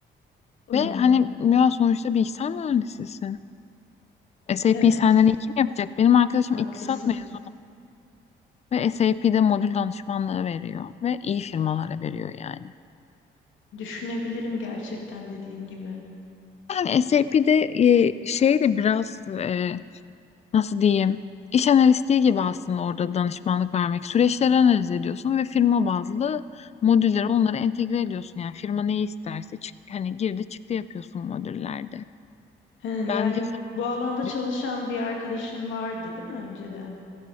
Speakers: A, on the left (about 75°); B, on the left (about 35°).
A: Im,
B: Ve hani ya sonuçta bilgisayar mühendisisin. SAP'yi
A: Evet,
B: senden iyi kim yapacak? Benim arkadaşım
A: haklısın.
B: iktisat mezunu ve SAP'de modül danışmanlığı veriyor ve iyi firmalara veriyor yani.
A: Düşünebilirim gerçekten dediğin gibi.
B: Yani SAP'de e, şey de biraz e, nasıl diyeyim? İş analistliği gibi aslında orada
A: Hı.
B: danışmanlık vermek. Süreçleri analiz ediyorsun ve firma bazlı modülleri onlara entegre ediyorsun. Yani firma neyi isterse çık, hani girdi çıktı yapıyorsun modüllerde.
A: He, yani
B: Bence sen
A: bu alanda
B: bir
A: çalışan
B: düşün.
A: bir arkadaşın vardı, değil mi önceden?